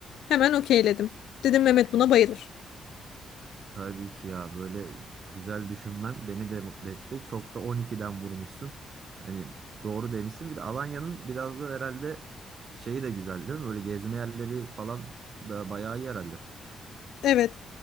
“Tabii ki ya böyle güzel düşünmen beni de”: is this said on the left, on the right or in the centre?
Right